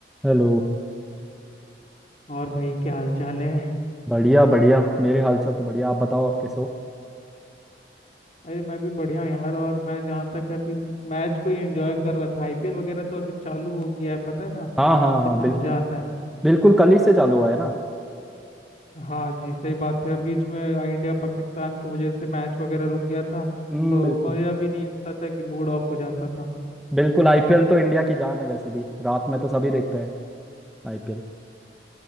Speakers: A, in the centre; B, on the left (about 40°).
A: Hello
B: और भाई क्या हाल चाल है
A: बढ़िया बढ़िया मेरे हालचाल तो बढ़िया आप बताओ आप कैसे हो
B: अरे मैं भी बढ़िया हूँ यार और मैं जहाँ तक है, अभी मैच को ही एंजॉय कर रहा था आईपीएल वगैरह तो अभी चालू हो गया है पता है ना
A: हाँ हाँ हाँ
B: कितना
A: बिल्कुल
B: मजा आता है
A: बिल्कुल कल ही से चालू हुआ है ना
B: हाँ जी सही बात है बीच में इंडिया पाकिस्तान की वजह से मैच वगैरह रुक गया था
A: हम्म
B: तो
A: बिल्कुल
B: मजा भी नहीं आता था कि मूड ऑफ हो जाता था
A: बिल्कुल आईपीएल तो इंडिया की जान है वैसे भी रात में तो सभी देखते हैं आईपीएल